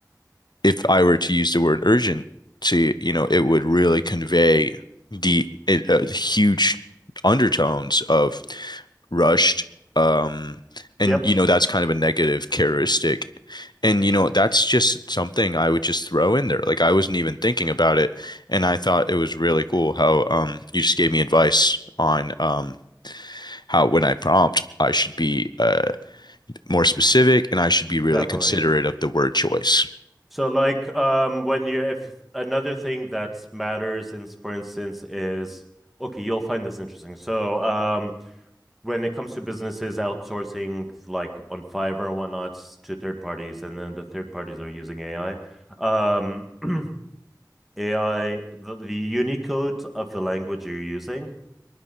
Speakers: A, on the left; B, in the centre.
A: if I were to use the word urgency, you know, it would really convey the uh, huge undertones of rushed. Um, and
B: Yep.
A: you know, that's kind of a negative characteristic. And you know, that's just something I would just throw in there. Like I wasn't even thinking about it, and I thought it was really cool how um you just gave me advice on um how when I prompt I should be uh more specific,
B: You-
A: and I should be really
B: Definitely.
A: considerate of the word choice.
B: So like um when you if another thing that matters in for instance is okay, you'll find this interesting. So um when it comes to businesses outsourcing like on Fiverr and whatnot to third parties, and then the third parties are using AI. Um, <clears throat> AI, the, the Unicode of the language you're using